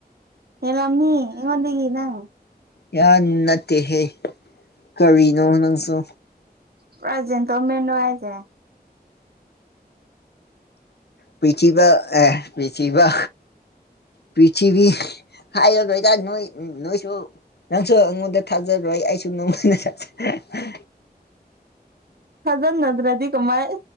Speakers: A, on the right (about 70°); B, on the left (about 85°).
A: ꯍꯥꯏꯔꯝꯃꯤ ꯏꯉꯣꯟꯗꯒ ꯅꯪ
B: ꯌꯥꯝ ꯅꯠꯇꯦꯍꯦ ꯀꯔꯤꯅꯣ ꯅꯪꯁꯨ
A: ꯄꯨꯔꯥ ꯖꯤꯟꯇꯟꯃꯦꯟ ꯅꫭ ꯍꯥꯏꯖꯦ
B: ꯄꯤꯊꯕ ꯑꯦ ꯄꯤꯊꯕ ꯄ꯭ꯔꯤꯊꯤꯕꯤ ꯍꯥꯏꯔꯒꯣꯏꯗ ꯅꯣꯏ ꯅꯣꯏꯁꯨ ꯅꯪꯁꯨ ꯑꯩꯉꯣꯟꯗ ꯊꯥꯖꯥꯗꯔꯦ ꯑꯩꯁꯨ ꯅꯣꯡꯃꯅ ꯊꯥꯖꯥꯗꯔꯦ
A: ꯊꯥꯖꯟꯅꯗ꯭ꯔꯗꯤ ꯀꯃꯥꯏ